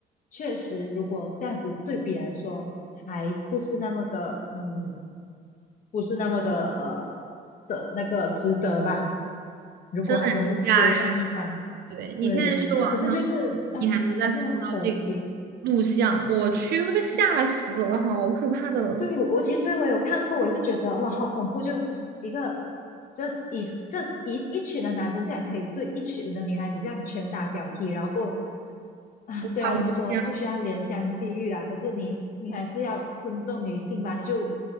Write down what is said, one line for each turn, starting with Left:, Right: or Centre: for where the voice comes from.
Left: 确实如果这样子对比来说，还不是那么的嗯。不是那么的呃的那个值得吧。如果他真是直接上去帮，
Right: 真的很吓人。对你现在去网上搜，
Left: 对，可是就是哎，
Right: 你还能再搜到这个
Left: 还是很可惜。
Right: 录像，我去都被吓死了，好可怕的！
Left: 对，我我其实我有看过，我也是觉得哇，好恐怖！就一个这一这一一群的男生竟然可以对一群的女孩子这样拳打脚踢，然后过啊，
Right: 哇，
Left: 虽然说不需要怜香惜玉啦，
Right: 我的天
Left: 可是你你还是要尊重女性吧？你就